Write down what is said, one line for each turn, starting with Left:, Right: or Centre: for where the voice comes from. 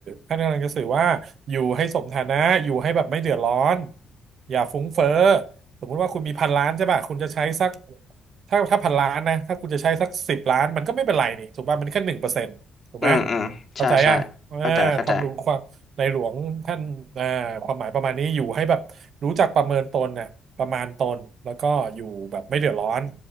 Right: ท่านกำลังจะสื่อว่าอยู่ให้สมฐานะอยู่ให้แบบไม่เดือดร้อนอย่าฟุ้งเฟ้อ สมมุติว่าคุณมีพันล้านใช่ป่ะคุณจะใช้สักถ้าถ้าพันล้านนะถ้าคุณจะใช้สักสิบล้านมันก็ไม่เป็นไรนี่ถูกป่ะมันแค่หนึ่งเปอร์เซ็นต์ถูกไหม
Left: อืมอืมใช่ใช่เข้าใจเข้าใจ
Right: เข้าใจยังเออความรู้ความในหลวงท่านเอ่อความหมายประมาณนี้อยู่ให้แบบรู้จักประเมินตนน่ะประมาณตนแล้วก็อยู่แบบไม่เดือดร้อน